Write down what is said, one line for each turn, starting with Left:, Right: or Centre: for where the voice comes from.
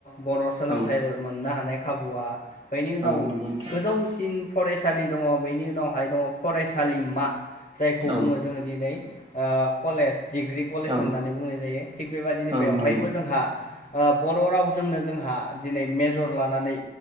Left: बर' सोलोंथाइ
Right: औ
Left: मोननो हानाय खाबुआ बेनि उनाव
Right: औ नंगौ नोंथां
Left: गोजौसिन फरायसालि दङ बेनि उनावहाय दङ फरायसालिमा जायखौ
Right: औ
Left: बुङो जोङो दिनै ओ कलेज डिग्रि कलेज
Right: औ
Left: होननानै बुंनाय जायो थिग बेबदिनो
Right: औ
Left: बेवहायबो
Right: नंगौ
Left: जोंहा ओ बर' रावजोंनो जों जोंहा दिनै मेजर लानानै